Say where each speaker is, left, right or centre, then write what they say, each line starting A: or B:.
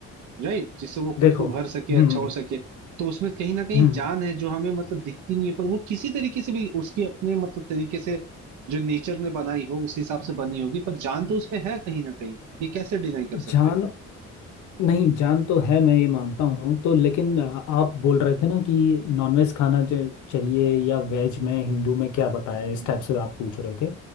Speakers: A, on the right; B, on the left.
A: राइट जिससे वो खुद
B: देखो
A: को भर सके
B: हम्म
A: अच्छा हो सके तो उसमें कहीं ना कहीं
B: हम्म
A: जान है जो हमें मतलब दिखती नहीं है पर वो किसी तरीके से भी उसकी अपने मतलब तरीके से जो नेचर ने बनाई हो उस हिसाब से बनी होगी पर जान तो उसमें है कहीं ना कहीं ये कैसे डिनाई कर सकते
B: जान
A: हो
B: नहीं जान तो है मैं ये मानता हूँ तो लेकिन आ, आप बोल रहे थे ना कि नॉनवेज खाना च- चाहिए या वेज में हिंदू में क्या बताया
A: हम्म,
B: इस
A: हम्म,
B: टाइप से
A: हम्म।
B: आप पूछ रहे थे